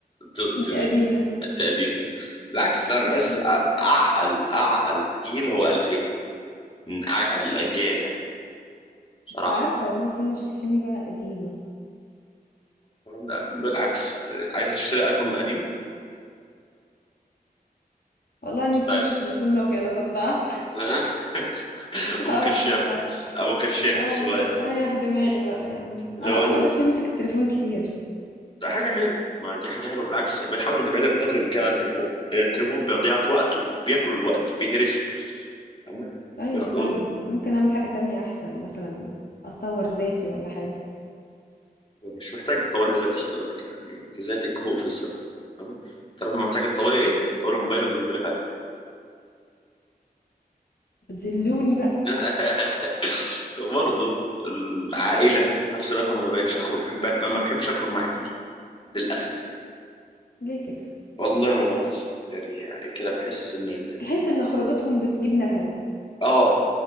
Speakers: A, on the left (about 35°); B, on the left (about 75°).
A: ت-
B: انت
A: ت-
B: قديمه
A: التقديم بالعكس لا انا
B: انت
A: بحس
B: قديمه
A: أ- اعقل اعقل جيل هو 2000 من اعقل الاجيال يعني بصراحه
B: مش عارفه والله سما شايفاني بقى قديمه
A: لا بالعكس عايزه تشتري ايفون قديمه
B: والله
A: ستايل
B: نفسي امشي بتليفون نوكيا انا صدعت
A: <laughs>
B: <laughs> اصلا
A: ابو كشاف
B: بقى
A: ابو كشاف
B: اه
A: الصغير
B: رايح دماغي بقى يا عم
A: اللي
B: انا
A: هو
B: اصلا مبقتش بمسك التليفون كتير
A: ده حاجه حلوه ما دي حاجه حلوه بالعكس بيحاول تبعدها بقدر الامكان عن التليفون التليفون بيضيع وقت وبياكل الوقت بيهرسه تمام
B: ايوه
A: بياخد
B: فعلا ممكن اعمل حاجة تانية احسن مثلا اطور ذاتي ولا حاجة
A: مش محتاج تطوري ذات حضرتك يعني انت ذاتك فوق في السما تمام تعرف محتاج تطوري ايه تطوري موبايلك وتجيب لك ايفون
B: بتذلوني بقى
A: <laughs> برضه العائله في نفس الوقت انا ما بقتش اخرج بحب ما ما بحبش اخرج مع عيلتي للاسف يعني
B: ليه كده
A: والله ما بهزر يعني كده بحس ان إن ده
B: تحس ان خروجتهم بتجيب نكد
A: اه